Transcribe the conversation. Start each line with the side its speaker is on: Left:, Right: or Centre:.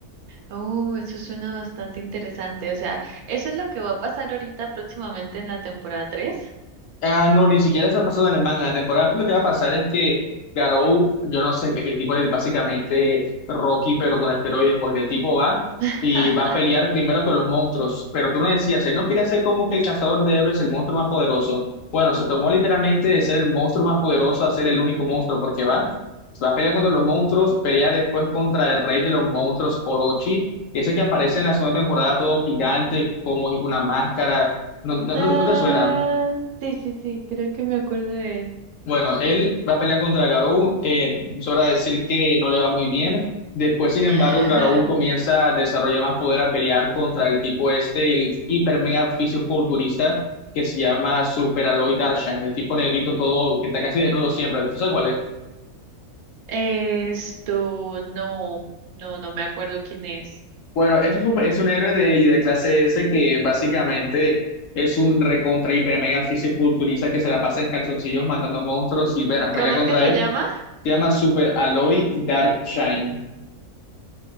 Right: Oh, eso suena bastante interesante. O sea, eso es lo que va a pasar ahorita próximamente en la temporada tres?
Left: Ah, no, ni siquiera eso ha pasado en el manga. En la temporada tres lo que va a pasar es que Garou, yo no sé, que es el tipo de básicamente Rocky, pero con esteroides, porque el tipo va
Right: <laughs>
Left: y va a pelear primero con los monstruos. Pero tú no decías, él no quiere ser como que el cazador de héroes, el monstruo más poderoso. Bueno, se tomó literalmente de ser el monstruo más poderoso a ser el único monstruo, porque va, va a pelear contra los monstruos, pelea después contra el rey de los monstruos, Orochi, que es el que aparece en la segunda temporada todo gigante, como con una máscara. No, no,
Right: Ah,
Left: no no te suena.
Right: sí, sí, sí, creo que me acuerdo de él.
Left: Bueno, él va a pelear contra Garou, eh, es hora de decir que no le va muy bien. Después, sin
Right: <laughs>
Left: embargo, Garou comienza a desarrollar más poder a pelear contra el tipo este, el hiper mega fisiculturista que se llama Super Aloy Darshan, el tipo negrito todo, que está casi desnudo siempre. ¿Tú sabes cuál es?
Right: Esto, no, no, no me acuerdo quién es.
Left: Bueno, es un, es un héroe de, y de clase S que básicamente es un recontra hiper mega fisiculturista que se la pasa en calzoncillos matando monstruos y, bueno, pelea
Right: ¿Cómo
Left: contra
Right: es que se
Left: él.
Right: llama?
Left: Se llama Super Aloy Darkshine.